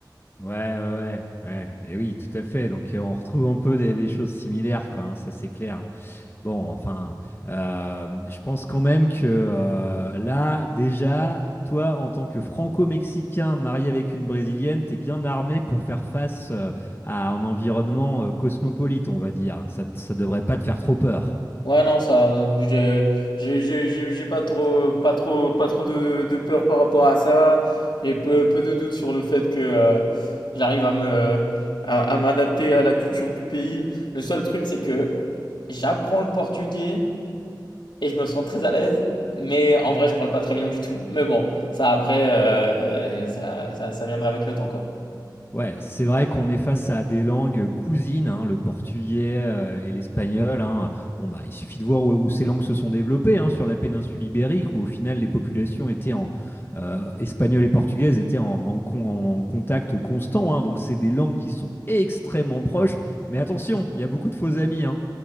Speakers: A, on the left; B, on the left.
A: Ouais, ouais, ouais, ouais. Et oui, tout à fait. Donc, euh, on retrouve un peu des, des choses similaires, quoi. hein, ça, c'est clair. Bon, enfin, euh, je pense quand même que euh, là, déjà, toi, en tant que franco-mexicain marié avec une brésilienne, t'es bien armé pour faire face euh, à un environnement euh, cosmopolite, on va dire. Ça, t- ça devrait pas te faire trop peur.
B: Ouais, non, ça, j'ai, j'ai, j'ai, j'ai j'ai pas trop, pas trop, pas trop de, de peur par rapport à ça. J'ai peu, peu de doutes sur le fait que euh, j'arrive à me, à, à m'adapter à la culture du pays. Le seul truc, c'est que j'apprends le portugais et je me sens très à l'aise, mais en vrai, je parle pas très bien du tout. Mais bon, ça après, euh, ça, ça, ça viendra avec le temps, quoi.
A: Ouais, c'est vrai qu'on est face à des langues cousines, hein, le portugais euh, et l'espagnol. hein. Bon, bah, il suffit de voir où, où ces langues se sont développées, hein, sur la péninsule ibérique, où au final les populations étaient en euh, espagnol et portugaises étaient en, en con- en contact constant. hein. donc c'est des langues qui sont extrêmement proches. Mais attention, il y a beaucoup de faux amis. hein.